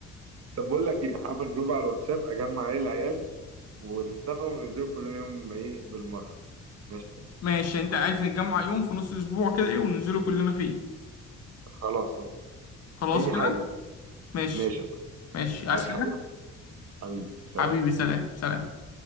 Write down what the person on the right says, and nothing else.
طب بقول لك ايه هعمل جروب على الواتساب اجمع عليه العيال ونتفق وننزل كلنا يوم ايه بالمره ماشي
خلاص اهو
اي
حاجه
ماشي يا صاحبي
عايز
حاجه حبيبي سلام